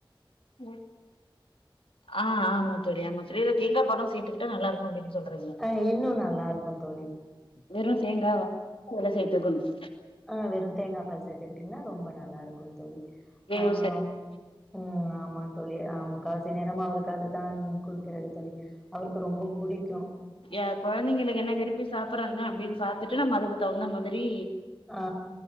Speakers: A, on the left; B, in the centre.
A: ம் ஆ ஆமா தோழி ஆமா தோழி இதுல தேங்கா பாலு சேத்துக்கிட்டா நல்லாருக்கும் அப்டின்னு சொல்றீங்க
B: ஆ இன்னு நல்லாருக்கு தோழி
A: வெறு தேங்கால அதுல சேத்துக்கணு
B: ஆ வெறும் தேங்கா பால் சேத்துக்கிட்டீங்கன்னா ரொம்ப நல்லாருக்கு தோழி
A: ஏவு
B: ஆ
A: செரி
B: ம் ஆமா தோழிநா முக்காவாசி நேரம் அவருக்கு அதுதான் குடுக்குறது தோழி அவருக்கு ரொம்ப புடிக்கு
A: ஏ‌ கொழந்தைங்களுக் என்ன விரும்பி சாப்புறாங்க அப்டின்னு பாத்துட்டு நம்ம அதுக்கு தகுந்த மாதிரி
B: ஆ